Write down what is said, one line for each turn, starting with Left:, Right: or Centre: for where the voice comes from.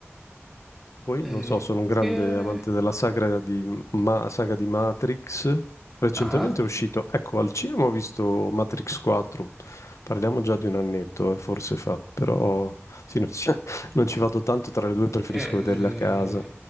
Left: Poi,
Centre: Eh,
Left: non lo so, sono un grande
Centre: che...
Left: amante della sagra di, ma- saga di Matrix. Recentemente
Centre: Ah?
Left: è uscito, ecco, al cinema ho visto Matrix 4. Parliamo già di un annetto, eh, forse fa, però sì, non ci, <laughs> non ci vado tanto tra le due, preferisco
Centre: Eh,
Left: vederle a casa.